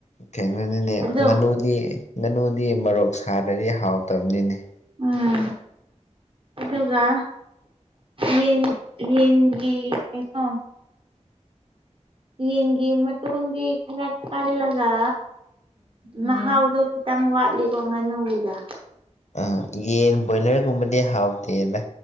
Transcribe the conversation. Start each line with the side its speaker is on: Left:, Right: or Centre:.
Left: ꯀꯩꯅꯣꯗꯨꯅꯦ
Right: ꯑꯗꯣ
Left: ꯉꯥꯅꯨꯗꯤ ꯉꯥꯅꯨꯗꯤ ꯃꯔꯣꯛ ꯁꯥꯗ꯭ꯔꯗꯤ ꯍꯥꯎꯇꯕꯅꯤꯅꯦ <unintelligible>
Right: ꯎꯝ ꯑꯗꯨꯒ ꯌꯦꯟ ꯌꯦꯟꯒꯤ ꯀꯩꯅꯣ ꯌꯦꯟꯒꯤ ꯃꯇꯣꯟꯗꯤ ꯈꯔ ꯀꯜꯂꯒ ꯃꯍꯥꯎꯗꯣ ꯈꯤꯇꯪ ꯋꯥꯠꯂꯤꯀꯣ ꯉꯥꯅꯨꯒꯤꯒ
Left: ꯑ ꯌꯦꯟ ꯕꯣꯏꯂꯔꯒꯨꯝꯕꯗꯤ ꯍꯥꯎꯇꯦꯗ